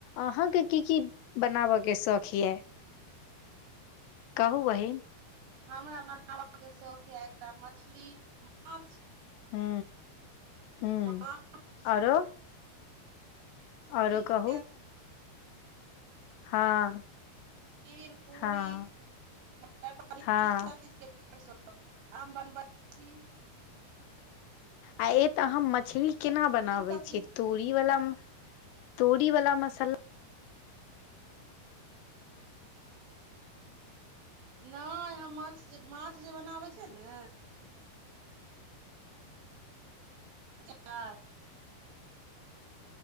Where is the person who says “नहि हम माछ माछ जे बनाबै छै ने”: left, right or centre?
Right